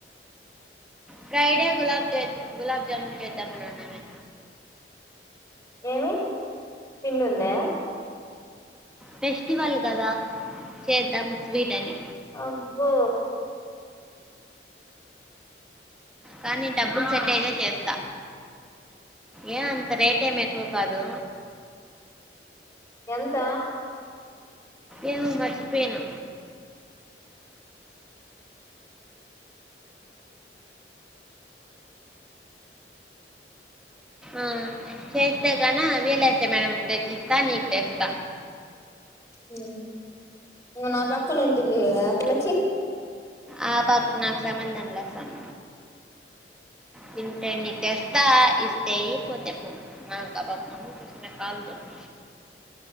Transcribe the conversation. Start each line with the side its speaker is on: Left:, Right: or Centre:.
Centre: ఫ్రైడేయా గులాబ్ జె గులాబ్ జాములు చేద్దామని అన్నమే
Left: ఏమి పిండుందా
Centre: ఫెస్టివల్ కదా చేద్దాం స్వీట్ అని
Left: అబ్బో
Centre: కానీ డబ్బులు సెట్ అయితే చేస్తా ఎం అంత రేట్ ఎం ఎక్కువ కాదు
Left: ఎంత
Centre: ఏమొ మరిచిపోయనా ఆ చేస్తే గన వీలైతే మేడంకి తెచ్చిస్తా నీకు తెస్తా
Left: మ్ ఇంగ నా పక్కన ఉంటుంది కదా ఆ పిల్లకి
Centre: ఆ పాపుకు నాకు సంబంధంలే సమ్ తింటే నీక్ తెస్తా ఇస్తే అయ్యి పోతే పో నాక్ ఆ పాప మొహం చూస్తేనే కాలుతుంది